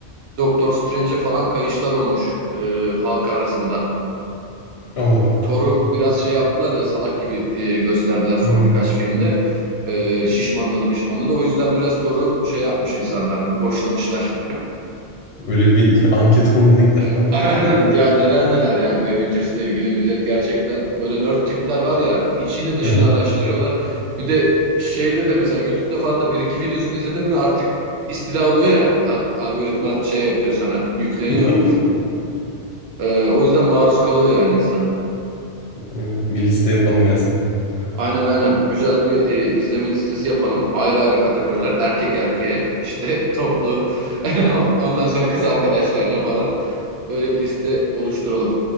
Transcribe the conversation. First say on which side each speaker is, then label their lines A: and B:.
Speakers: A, on the right; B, on the left.
A: Doctor Strange'e falan kayışlar olmuş e, halk arasında.
B: Allah Allah.
A: Thor'u biraz şey yaptılar ya salak gibi e, gösterdiler son
B: Hmm.
A: birkaç filmde. E, şişmanladı mişmanladı. O yüzden biraz Thor'u şey yapmış insanlar, boşlamışlar.
B: Öyle bir <laughs> anket olduğunu ilk defa
A: <laughs> Aynen
B: duydum.
A: ya neler neler ya bu Avengers'le ilgili millet gerçekten böyle nerd tipler var ya içini dışını
B: <laughs> Hı hı,
A: araştırıyorlar. Bir de şeyde de mesela YouTube'da falan da bir iki videosunu izledim mi artık istila oluyor ya a- algoritma şey yapıyor sana yükleniyor.
B: <laughs>
A: E, o yüzden maruz kalıyor yani insan.
B: Evet, Bir liste yapalım ya seninle.
A: Aynen aynen. Güzel bir e, izleme listesi yapalım. Ayrı ayrı kategoriler. Erkek erkeğe, işte <laughs> toplu. <laughs> Ondan sonra kız arkadaşlarla falan. Öyle bir liste oluşturalım.